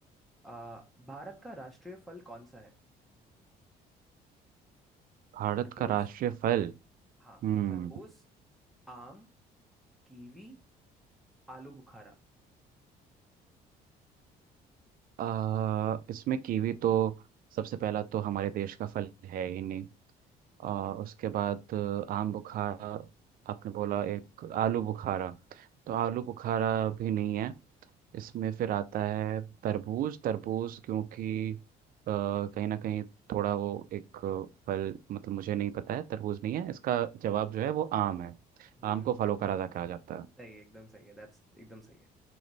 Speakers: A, in the centre; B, on the right.
A: अ, भारत का राष्ट्रीय फल कौन सा है
B: भारत
A: तरबूज
B: का राष्ट्रीय फल
A: हाँ
B: हम्म
A: तरबूज आम कीवी आलू बुखारा
B: अ, इसमें कीवी तो सबसे पहला तो हमारे देश का फल है ही नहीं और उसके बाद अ, आम बुखारा आपने बोला एक आलू बुखारा तो आलू बुखारा भी नहीं है इसमें फिर आता है तरबूज तरबूज क्योंकि अ, कहीं ना कहीं थोड़ा वो एक फल मतलब मुझे नहीं पता है तरबूज नहीं है इसका जवाब जो है वो आम है
A: हम्म
B: आम को फलों का राजा कहा जाता है
A: सही है, एकदम सही है दैट्स एकदम सही है